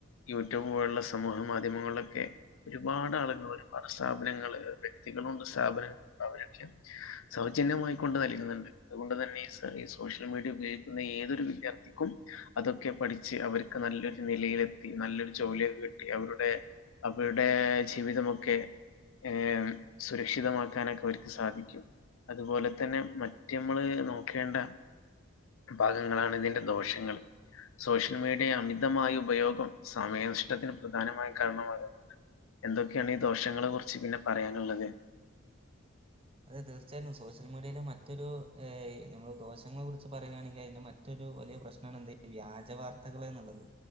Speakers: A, on the left; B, on the right.
A: യൂട്യൂബ് പോലുള്ള സമൂഹ മാധ്യമങ്ങളിലൊക്കെ ഒരുപാട് ആളുകൾ ഒരുപാട് സ്ഥാപനങ്ങള് വ്യക്തികളുണ്ട് സ്ഥാപനങ്ങളുണ്ട് ഒരുലക്ഷം സൗജന്യമായിക്കൊണ്ട് നൽകുന്ന്ണ്ട് അതുകൊണ്ട് തന്നെ സ ഈ സോഷ്യൽ മീഡിയ ഉപയോഗിക്കുന്ന ഏതൊരു വിദ്യാർത്ഥിക്കും അതൊക്കെ പഠിച്ച് അവർക്ക് നല്ലൊരു നിലയിലെത്തി നല്ലൊരു ജോലിയൊക്കെ കിട്ടി അവരുടെ അവരുടെ ജീവിതമൊക്കെ ഏഹ് സുരക്ഷിതമാക്കാനൊക്കെ അവർക്ക് സാധിക്കും അതുപോലെ തന്നെ മറ്റ് നമ്മള് നോക്കേണ്ട ഭാഗങ്ങളാണ് ഇതിന്റെ ദോഷങ്ങള് സോഷ്യൽ മീഡിയ അമിതമായ ഉപയോഗം സമയനഷ്ടത്തിന് പ്രധാനമായും കാരണമാണ് എന്തൊക്കെയാണ് ഈ ദോഷങ്ങളെ കുറിച്ച് പിന്നെ പറയാനുള്ളത്
B: അതെ തീർച്ചയായും സോഷ്യൽ മീഡിയയില് മറ്റൊരു ഏഹ് നമ്മൾ ദോഷങ്ങളെ കുറിച്ച് പറയാണെങ്കിൽ അതിന്റെ മ മറ്റൊരു വല്യ പ്രശ്നാണ് എന്ത് വ്യാജ വാർത്തകൾ എന്നുള്ളത്